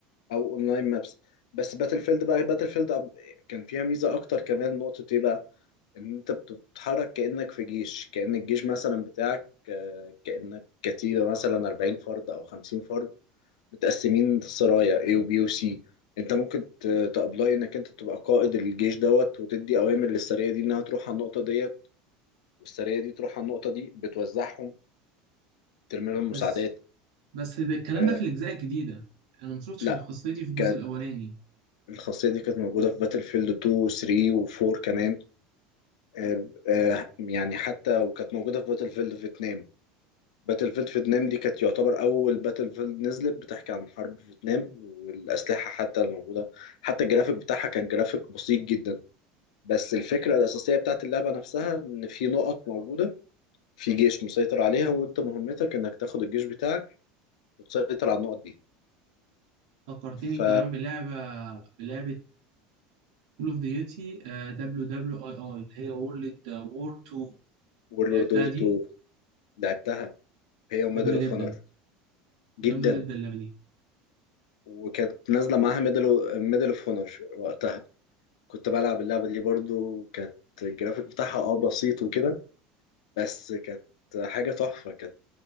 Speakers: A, on the left; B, on the right.
A: او اونلاين مابس بس باتل فيلد بقى باتل فيلد كان فيها ميزه اكتر كمان نقطه ايه بقى ان انت بتتحرك كأنك في جيش كأن الجيش مثلا بتاعك آه، كأنك كتيبة مثلا 40 فرد او 50 فرد متقسمين سرايا A و B و C انت ممكن ت- تابلاي انك انت تبقى قائد الجيش دوت وتدي اوامر للسرية دي انها تروح على النقطة ديت والسرية دي تروح على النقطة دي بتوزعهم ترمي لهم
B: بس
A: مساعدات
B: بس ده الكلام
A: آه
B: ده في الأجزاء الجديدة أنا مشوفتش
A: لا
B: الخاصية دي في الجزء
A: كانت
B: الأولاني
A: الخاصية دي كانت موجودة في باتل فيلد 2 و 3 و 4 كمان آه آه يعني حتى وكانت موجودة في باتل فيلد فيتنام باتل فيلد فيتنام دي كانت يعتبر أول باتل فيلد نزلت بتحكي عن حرب فيتنام والأسلحة حتى الموجودة حتى الجرافيك بتاعها كان جرافيك بسيط جدا بس الفكرة الأساسية بتاعت اللعبة نفسها إن في نقط موجودة في جيش مسيطر عليها وأنت مهمتك إنك تاخد الجيش بتاعك وتسيطر على النقط دي
B: فكرتني
A: ف
B: كمان بلعبة بلعبة كول اوف ديوتي دبليو دبليو اي اي اللي هي وورلد وور 2
A: وورلد
B: لعبتها
A: وور
B: دي
A: 2 لعبتها هي وميدل
B: جامدة
A: اوف
B: جدا
A: اونر
B: جامدة
A: جدا
B: جدا اللعبة دي
A: وكانت نازلة معاها ميدل ميدل اوف اونر وقتها كنت بلعب اللعبة دي برضو كانت الجرافيك بتاعها اه بسيط وكده بس كانت حاجة تحفة كانت